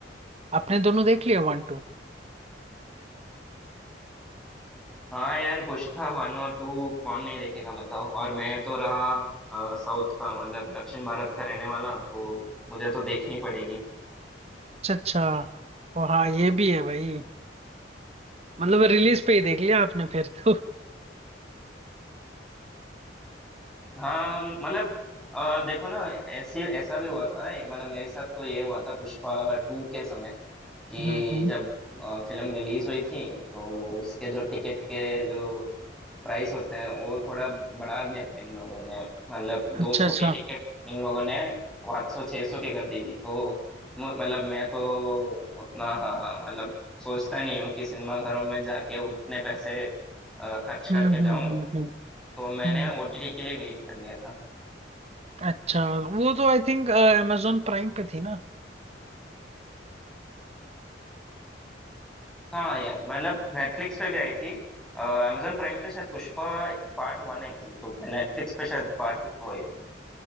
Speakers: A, on the right (about 35°); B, in the centre.
A: आपने दोनों देख लिया वन टू
B: हाँ यार पुष्पा वन और टू कौन नहीं देखेगा बताओ और मैं तो रहा अ, साउथ का मतलब दक्षिण भारत का रहने वाला तो मुझे तो देखनी पड़ेगी
A: अच्छा अच्छा ओ हाँ ये भी है भाई मतलब रिलीज पे ही देख लिया आपने फिर तो
B: हाँ मतलब अ, देखो ना ऐसे ऐसा भी हुआ था एक- मतलब मेरे साथ तो ये हुआ था पुष्पा टू के समय कि
A: हम्म हम्म
B: जब फिल्म रिलीज हुई थी तो उसके जो टिकट के जो प्राइस होते हैं वो थोड़ा बढ़ा दिया था इन लोगों ने मतलब 200
A: अच्छा अच्छा
B: की टिकट इन लोगों ने 500 600 की कर दी थी तो मु- मतलब मैं तो उतना हाँ, मतलब सोचता नहीं हूँ कि सिनेमाघरों में जाके उतने पैसे अ, खर्च करके
A: हम्म
B: जाऊं
A: हम्म हम्म हम्म
B: तो मैंने
A: हम्म।
B: ओटीटी के लिए वेट कर लिया था
A: अच्छा वो तो आई थिंक amazon प्राइम पे थी ना
B: हाँ यार मतलब नेटफ्लिक्स पे भी आई थी अमेजोन प्राइम पे शायद पुष्पा पार्ट वन आई थी तो नेटफ्लिक्स पे शायद पार्ट टू आई थी